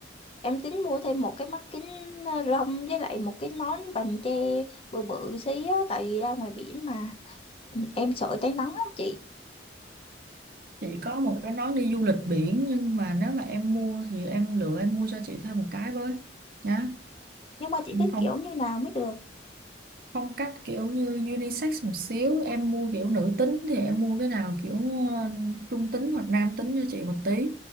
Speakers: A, on the left (about 30°); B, on the right (about 50°).
A: em tính mua thêm một cái mắt kính ờ, râm với lại một cái nón vành che bự bự xí á. Tại vì ra ngoài biển mà Ừ, em sợ cháy nắng lắm chị.
B: Chị có một cái nón đi du lịch biển nhưng mà nếu mà em mua thì em lựa em mua cho chị thêm một cái với nhá.
A: Nhưng mà chị thích
B: Phong
A: kiểu như nào mới được.
B: phong cách kiểu như unisex một xíu, em mua kiểu nữ tính thì em mua cái nào kiểu ờ, trung tính hoặc nam tính cho chị một tí.